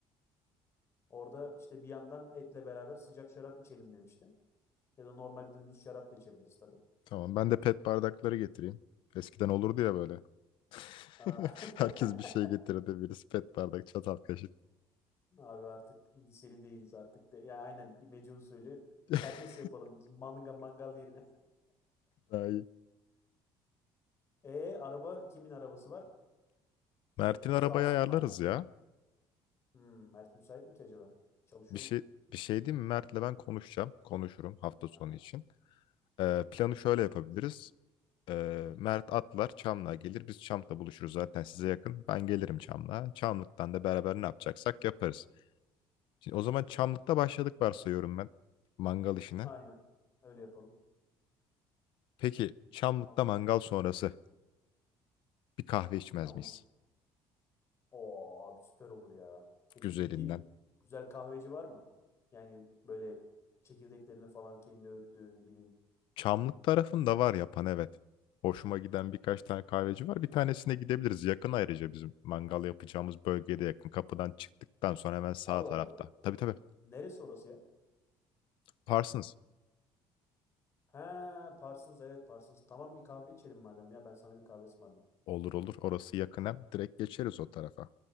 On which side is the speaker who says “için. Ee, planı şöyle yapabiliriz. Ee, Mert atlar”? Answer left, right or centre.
Left